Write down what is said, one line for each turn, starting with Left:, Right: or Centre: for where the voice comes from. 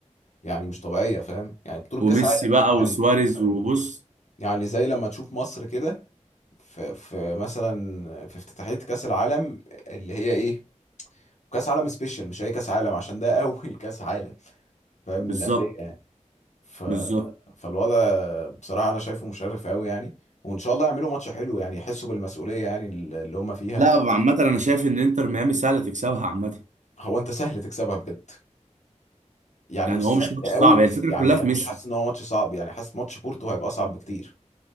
Left: يعني مش طبيعية فاهم يعني بطولة كأس
Right: وميسي
Left: عالم
Right: بقى
Left: يعني
Right: وسواريز
Left: يعني
Right: وبص
Left: يعني زي لما تشوف مصر كده في في مثلا في افتتاحية كأس العالم اللي هي ايه كأس عالم سبيشال مش اي كأس عالم عشان ده اول <laughs> كأس عالم فاهم
Right: بالظبط
Left: للأندية يعني ف
Right: بالظبط
Left: فالوضع بصراحة انا شايفه مشرف قوي يعني وان شاء الله يعملوا ماتش حلو يعني يحسوا بالمسؤولية يعني اللي هم فيها
Right: لا عامه انا شايف ان انتر ميامي سهله تكسبها عامه
Left: هو انت سهل تكسبها بجد يعني
Right: يعني
Left: مش
Right: هو
Left: سهل
Right: مش ماتش
Left: قوي
Right: صعب
Left: بس
Right: هي الفكره
Left: يعني
Right: كلها في
Left: انا
Right: ميسي
Left: مش حاسس ان هو ماتش صعب يعني حاسس ماتش بورتو هيبقى اصعب بكتير